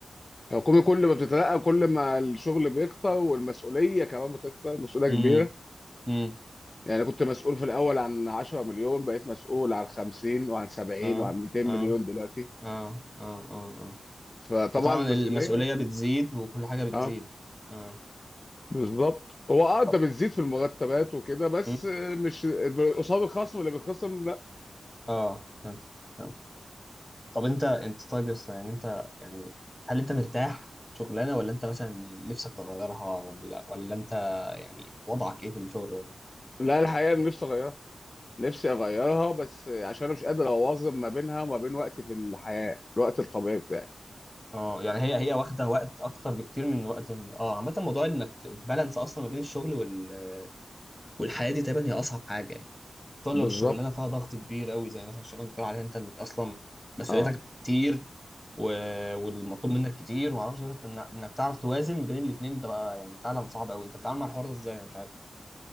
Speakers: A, on the left; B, in the centre.
A: الحكومة كل ما بتترقى كل ما الشغل بيكتر والمسؤولية كمان بتكتر المسؤولية كبيرة
B: امم امم
A: يعني كنت مسؤول في الأول عن 10 مليون بقيت مسؤول عن 50 وعن 70
B: اه
A: وعن 200
B: اه
A: مليون دلوقتي
B: اه اه اه اه
A: فطبعا
B: وطبعا
A: المسؤولية
B: المسؤولية بتزيد وكل حاجة بتزيد
A: اه
B: اه
A: بالظبط هو اه انت
B: طب
A: بتزيد في المرتبات وكده بس
B: م-
A: مش قصاد الخصم اللي بيتخصم لا
B: اه فهمت فهمت طب انت انت طيب يا اسطى يعني انت يعني هل انت مرتاح في شغلانة ولا انت مثلا نفسك تغيرها ولا ولا انت يعني وضعك ايه في الشغل ولا
A: لا الحقيقة أنا نفسي أغيرها نفسي أغيرها بس عشان أنا مش قادر أواظب ما بينها وما بين وقتي في الحياة الوقت الطبيعي بتاعي
B: اه يعني هي هي واخدة وقت اكتر بكتير من وقت ال... اه عامة موضوع انك ت- تبالانس اصلا ما بين الشغل وال... والحياة دي تقريبا هي اصعب حاجة يعني. خصوصا
A: بالظبط
B: لو الشغلانه فيها ضغط كبير قوي زي مثلا الشغلانه اللي بتقول عليها انت اللي اصلا مسؤوليتك
A: اه
B: كتير و... والمطلوب منك كتير وما اعرفش إيه، فأنت إن- انك تعرف توازن ما بين الاثنين ده بقى يعني فعلا صعب قوي انت بتتعامل مع الحوار ده ازاي انا مش عارف